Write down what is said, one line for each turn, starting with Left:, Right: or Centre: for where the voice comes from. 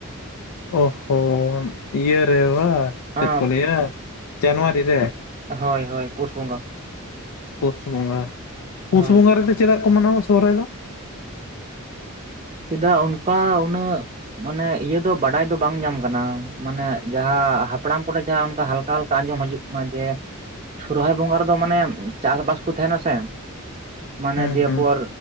Left: ᱚᱦᱼᱦᱚ, ᱤᱭᱟᱹ ᱨᱮ ᱵᱟ, ᱪᱮᱫ
Right: ᱟᱸ
Left: ᱠᱚ ᱞᱟᱭ ᱟ ᱡᱟᱱᱩᱣᱟᱨᱤ ᱨᱮ?
Right: ᱦᱳᱭ ᱦᱳᱭ, ᱯᱩᱥ ᱵᱚᱸᱜᱟ᱾
Left: ᱯᱩᱥ ᱵᱚᱸᱜᱟ, ᱯᱩᱥ
Right: ᱦᱳᱭ
Left: ᱵᱚᱸᱜᱟ ᱨᱮᱫᱚ ᱪᱮᱫᱟᱜ ᱠᱚ ᱢᱟᱱᱟᱣᱟ ᱥᱚᱦᱨᱟᱭ ᱫᱚ?
Right: ᱪᱮᱫᱟᱜ, ᱚᱱᱠᱟ, ᱩᱱᱟᱹᱜᱼᱼ ᱢᱟᱱᱮ ᱤᱭᱟᱹ ᱫᱚ, ᱵᱟᱰᱟᱭ ᱫᱚ ᱵᱟᱝ ᱧᱟᱢ ᱠᱟᱱᱟ, ᱢᱟᱱᱮ ᱡᱟᱦᱟᱸ, ᱦᱟᱯᱲᱟᱢ ᱠᱟᱴᱮᱽ ᱡᱟᱦᱟᱸ ᱚᱱᱠᱟ ᱦᱟᱞᱠᱟ ᱦᱟᱞᱠᱟ ᱟᱸᱡᱚᱢ ᱦᱤᱡᱩᱜᱼᱼ ᱢᱟᱡᱮ, ᱥᱚᱦᱨᱟᱭ ᱵᱚᱸᱜᱟ ᱨᱮᱫᱚ ᱢᱟᱱᱮ, ᱪᱟᱥᱵᱟᱥ ᱠᱚ ᱛᱮᱦᱮᱱᱟ ᱥᱮ᱾ ᱢᱟᱱᱮ
Left: ᱦᱩᱸ
Right: ᱫᱤᱭᱮ
Left: ᱦᱩᱸ
Right: ᱯᱚᱨ,